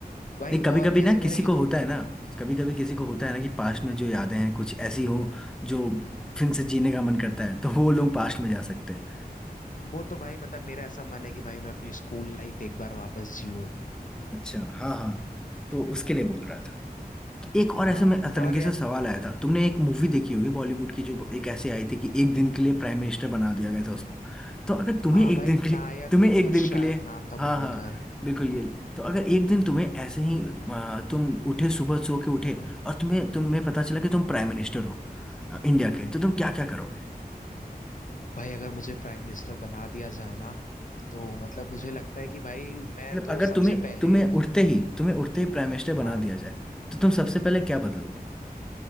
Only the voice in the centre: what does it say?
नहीं कभी
कभी ना
किसी
को
होता है ना कभी कभी किसी को होता है ना कि पास्ट में जो यादें हैं कुछ ऐसी हो जो फिर से जीने का मन करता है तो वो लोग पास्ट में जा सकते हैं
अच्छा हाँ हाँ तो उसके लिए बोल रहा था एक और
ऐसे में अतरंगी
से सवाल आया था तुमने एक मूवी देखी होगी बॉलीवुड की जो एक ऐसे आई थी कि एक दिन के लिए प्राइम मिनिस्टर बना दिया गया था उसको तो अगर तुम्हें
एक
दिन
के लिए तुम्हें एक दिन
के लिए
हाँ
हाँ
बिल्कुल ये तो अगर एक दिन तुम्हें ऐसे ही आ, तुम उठे सुबह सो के उठे और तुम्हें तुम्हें पता चला कि तुम प्राइम मिनिस्टर हो आ, इंडिया के तो तुम क्या क्या करोगे
मतलब
अगर
तुम्हें
तुम्हें उठते ही तुम्हें उठते ही प्राइम मिनिस्टर बना
दिया जाए तो तुम सबसे पहले क्या बदलोगे